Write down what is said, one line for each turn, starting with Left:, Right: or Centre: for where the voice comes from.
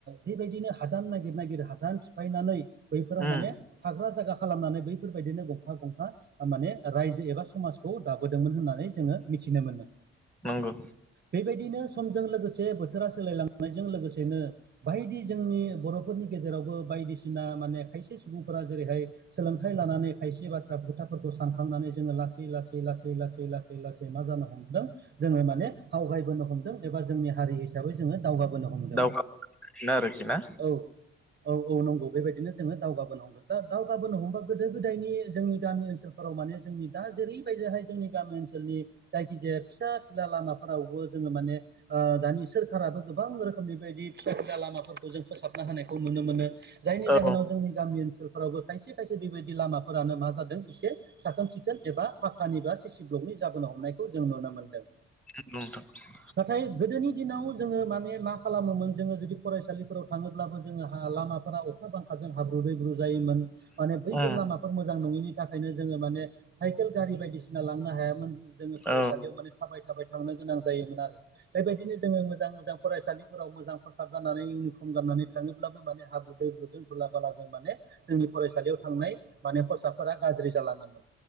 Right: बेबायदिनो हादान नागिर नागिर हादान सिफायनानै बैफोराव
Centre: उम
Right: माने थाग्रा जागा खालामनानै बैफोरबायदिनो गंफा गंफा माने रायजो एबा समाजखौ दाबोदोंमोन होननानै जोङो मिथिनो मोनो
Centre: नंगौ
Right: बेबायदिनो समजों लोगोसे से बोथोरा सोलायलांनायजों लोगोसेनो बायदि जोंनि बर'फोरनि गेजेरावबो बायदिसिना माने खायसे सुबुंफोरा जेरैहाय सोलोंथाइ लानानै खायसे बाथ्रा खोथाफोरखौ सानखांनानै जोङो लासै लासै लासै लासै लासै लासै लासै मा जानो हमदों जोङो माने आवगायबोनो हमदों एबा जोंनि हारि हिसाबै जोङो दावगाबोनो हमदों
Centre: दावगागासिनो आरोखि ना
Right: औ औ औ नंगौ बेबायदिनो जोङो दावगाबोनो दा दावगाबोनो हमबा गोदो गोदायनि जोंनि गामि ओनसोलफोराव माने जोंनि दा जेरैबायदिहाय जोंनि गामि ओनसोलनि जायखिजाया फिसा फिला लामाफोरावबो जोङो माने ओ दानि सोरकाराबो गोबां रोखोमनि बेबायदि फिसा फिला लामाफोरखौ जों फोसाबना होनायखौ नुनो मोनो जायनि जाहोनाव
Centre: औ
Right: जोंनि गामि ओनसोल फोरावबो खायसे खायसे बेबायदि लामाफोरानो मा जादों एसे साखोन सिखोन एबा पाखानि बा सिसि ब्लकनि जाबोनो हमनायखौ जों नुनो मोनदों
Centre: <unintelligible>
Right: नाथाय गोदोनि दिनाव जोङो माने मा खालामोमोन जोङो जुदि फरायसालिफोराव थाङोब्लाबो जोङो हा लामाफोरा अखा बांखाजों हाब्रु दैब्रु जायोमोन माने बैफोर
Centre: उम
Right: लामाफोर मोजां नङिनि थाखायनो जोङो माने साइकेल गारि बायदिसिना लांनो हायामोन जोङो फरायसालियाव
Centre: औ
Right: माने थाबाय थाबाय थांनो गोनां जायोमोन आरो बेबायदिनो जोङो मोजां मोजां फरायसालि फोराव मोजां खसाब गाननानै इउनिफर्म गाननानै थाङोब्लाबो माने हाब्रु दैब्रुजों धुला बाला जों माने जोंनि फरायसालियाव थांनाय माने खसाबफोरा गाज्रि जालाङोमोन